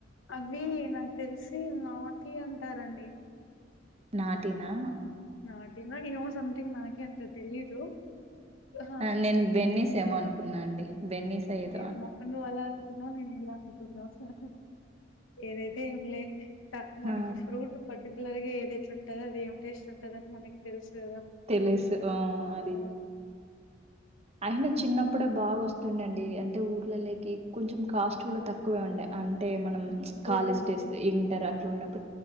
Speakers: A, on the left (about 80°); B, on the right (about 35°).
A: అవ్వీ నాకు తెలిసి నార్టి అంటారండి.
B: నాటిినా
A: నాటినో యేమో సంథింగ్ నాకే అంత తెలీదు హ
B: ఆ! నేను <unintelligible> అనుకున్నా అండి బెన్నీస్ ఏదో
A: ఏమో నువ్వు అలా అనుకున్నావ్ నేను ఇలా అను కున్న హా హా ఏదైతే ఏం లే ట మనకి
B: ఆ
A: ఫ్రూట్ ప ఇట్లగే ఏది ఎట్లుంటదో అదేం టేస్ట్ ఉంటదని మనకి తెలుసు కదా!
B: తెలుసు ఆ అది
A: ఆ!
B: అయిన చిన్నప్పుడే బాగొస్తుండేన్డీ అంటే ఊర్లలోకి కొంచెం కాస్ట్ కూడా తక్కువే ఉండే అ టే మనం
A: ఇప్పుడు
B: కాలేజ్ డేస్ ఇంటర్ అట్లున్నప్పు